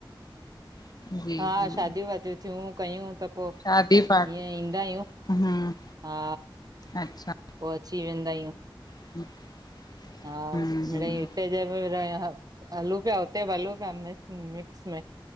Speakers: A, on the left; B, on the right.
A: <unintelligible>
B: हा
A: जी
B: शादिय वादियूं थियूं कयूं त पो
A: शादी पार्टी
B: ईअं ईंदा आयूं,
A: हम्म
B: हा।
A: अच्छा।
B: पो अची वेंदा आयूं।
A: <inaudible>
B: हा
A: हम्म
B: मिड़ेइ
A: हम्म
B: हिते जा बि रहन हलू पिया हुते बि हलू पिया मिक्स में